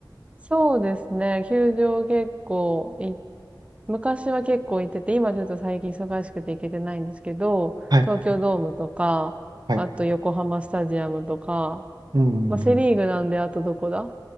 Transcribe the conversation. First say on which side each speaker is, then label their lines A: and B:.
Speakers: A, on the right (about 15°); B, on the right (about 55°).
A: そうですね。球場結構い、昔は結構行ってて、今ちょっと最近忙しくて行けてないんですけど、
B: い、
A: 東京ドームとか、
B: はい。
A: あと横浜スタジアムとか、
B: うん、うんうん。
A: まあ、セリーグなんで、あとどこだ